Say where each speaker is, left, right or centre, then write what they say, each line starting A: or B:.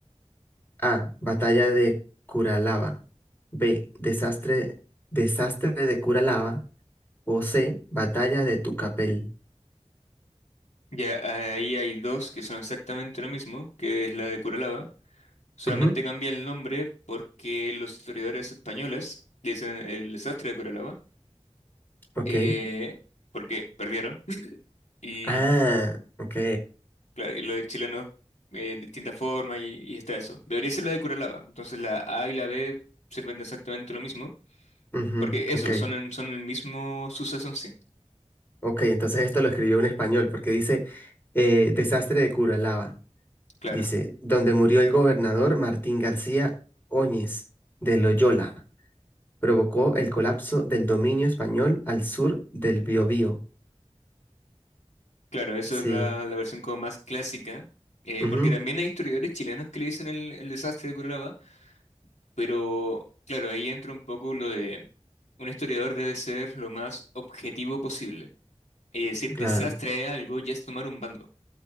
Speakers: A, on the left (about 20°); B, on the left (about 85°).
A: A, batalla de Curalaba. B, desastre, desastre de Curalaba. O C, batalla de Tucapel.
B: Ya eh, ahí hay dos que son exactamente lo mismo, que es la de Curalaba. Solamente
A: Ujú,
B: cambia el nombre porque los historiadores españoles dicen el desastre de Curalaba,
A: ok.
B: eh, porque perdieron. <laughs> y
A: Ah, ok.
B: Claro, y lo de chileno eh, distintas formas y, y está eso. Debería ser la de Curalaba. Entonces la A y la B sirven de exactamente lo mismo,
A: ujú,
B: porque eso,
A: ok.
B: son, en- son el mismo suceso en sí.
A: Ok, entonces esto lo escribió un español porque dice eh, desastre de Curalaba.
B: Claro,
A: Dice, donde murió el gobernador Martín García Óñez de Loyola, provocó el colapso del dominio español al sur del Biobío.
B: claro, eso
A: Sí,
B: es la, la versión como más clásica, eh,
A: ujú,
B: porque también hay historiadores chilenos que le dicen el, el desastre de Curalaba, pero claro, ahí entra un poco lo de un historiador debe ser lo más objetivo posible. Y decir
A: claro,
B: desastre es algo ya es tomar un bando.